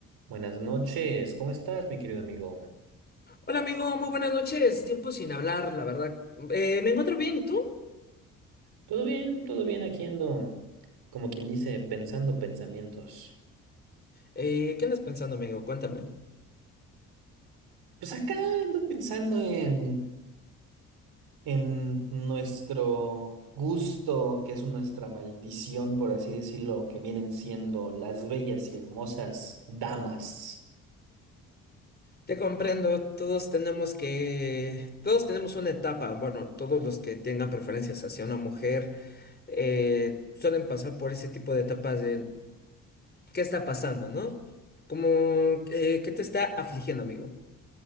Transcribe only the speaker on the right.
Buenas noches, ¿cómo estás, mi querido amigo?
¿Todo bien? ¿Todo bien? Aquí ando, como quien dice, pensando pensamientos.
Pues acá ando pensando en, en nuestro gusto, que es nuestra maldición, por así decirlo, que vienen siendo las bellas y hermosas damas.